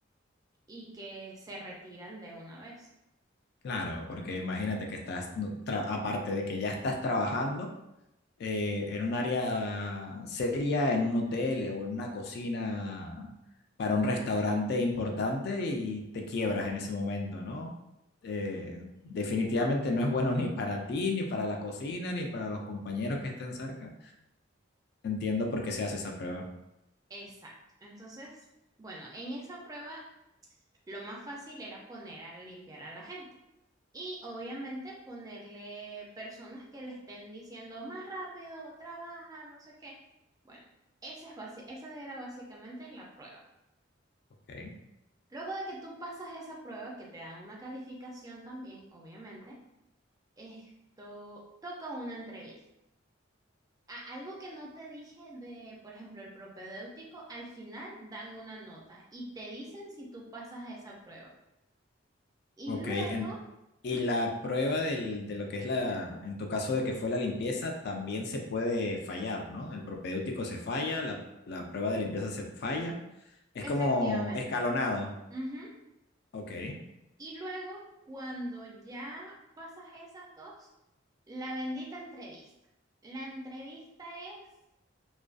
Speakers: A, on the right; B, on the left.
A: y que se retiran de una vez.
B: Claro, porque imagínate que estás, no, tra- aparte de que ya estás trabajando eh, en un área seria, en un hotel o en una cocina para un restaurante importante y te quiebras en ese momento, ¿no? Eh, definitivamente no es bueno <laughs> ni para ti, ni para la cocina, ni para los compañeros que estén cerca. Entiendo por qué se hace esa prueba.
A: Exacto. Entonces, bueno, en esa prueba lo más fácil era poner a limpiar a la gente Y obviamente ponerle personas que le estén diciendo más rápido, trabaja, no sé qué. Bueno, esa es basi- esa era básicamente la prueba.
B: Ok.
A: Luego de que tú pasas esa prueba, que te dan una calificación también, obviamente, esto toca una entrevista. A- algo que no te dije de, por ejemplo, el propedéutico, al final dan una nota y te dicen si tú pasas a esa prueba. Y
B: Ok.
A: luego,
B: en- y
A: ¿Mm?
B: la prueba del- de lo que es la, en tu caso de que fue la limpieza, también se puede fallar, ¿no? El propedéutico se falla, la, la prueba de limpieza se falla. Es
A: efectivamente.
B: como escalonado.
A: Ujú.
B: Ok.
A: Y luego, cuando ya pasas esas dos, la bendita entrevista. La entrevista es